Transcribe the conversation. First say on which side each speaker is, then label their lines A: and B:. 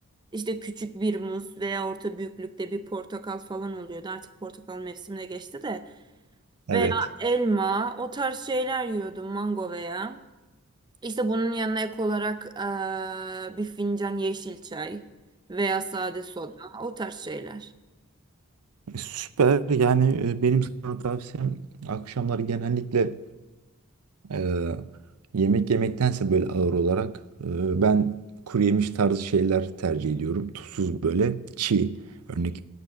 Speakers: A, on the right; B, on the right.
A: İşte küçük bir muz veya orta büyüklükte bir portakal falan oluyordu. Artık portakal mevsimine geçti de.
B: Evet.
A: Veya elma o tarz şeyler yiyordum mango veya. İşte bunun yanına ek olarak ee, bir fincan yeşil çay veya sade soda o tarz şeyler.
B: E, Süper. Yani e, benim sana tavsiyem akşamları genellikle e, yemek yemektense böyle ağır olarak e, ben kuru yemiş tarzı şeyler tercih ediyorum. Tuzsuz böyle çiğ. Örnek